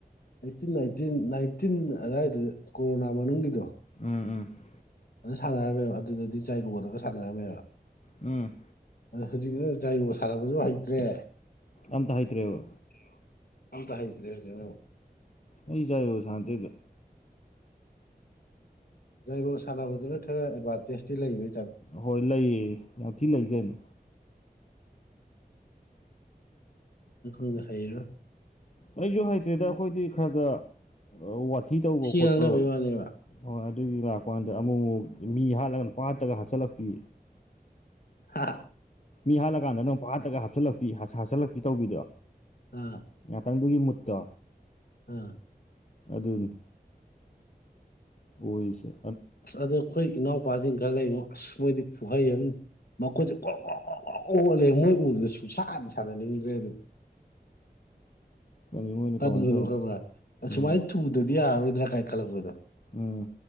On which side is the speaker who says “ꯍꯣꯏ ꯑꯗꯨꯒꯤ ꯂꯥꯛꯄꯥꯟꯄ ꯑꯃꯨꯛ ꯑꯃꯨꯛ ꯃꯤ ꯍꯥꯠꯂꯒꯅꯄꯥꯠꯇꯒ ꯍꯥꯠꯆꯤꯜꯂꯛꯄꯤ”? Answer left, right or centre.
Left